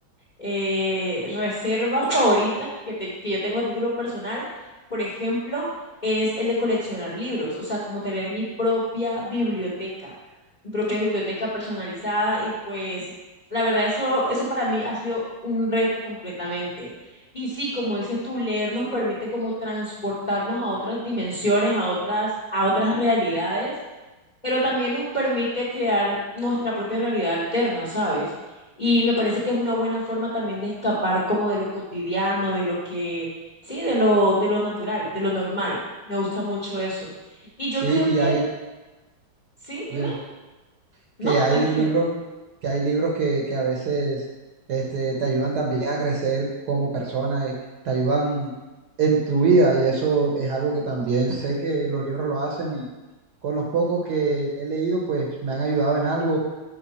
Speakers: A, on the left; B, on the right.
A: eh, reservas favoritas que, te- que yo tengo a título personal, por ejemplo, es el de coleccionar libros, o sea, como tener mi propia biblioteca, mi propia biblioteca personalizada y pues la verdad eso, eso para mí ha sido un reto completamente. Y sí, como dices tú, leer nos permite como transportarnos a otras dimensiones, a otras, a otras realidades pero también nos permite crear nuestra propia realidad alterna, ¿sabes? Y me parece que es una buena forma también de escapar como de lo cotidiano, de lo que, sí, de lo, de lo natural, de lo normal. Me gusta mucho eso. Y yo
B: Sí,
A: creo
B: y
A: que,
B: ahí,
A: sí, dime,
B: dime.
A: no,
B: que hay
A: tranquilo.
B: libros, que hay libros que, que a veces este, te ayudan también a crecer como persona, y te ayudan en tu vida y eso es algo que también sé que los libros lo hacen y con los pocos que he leído pues me han ayudado en algo.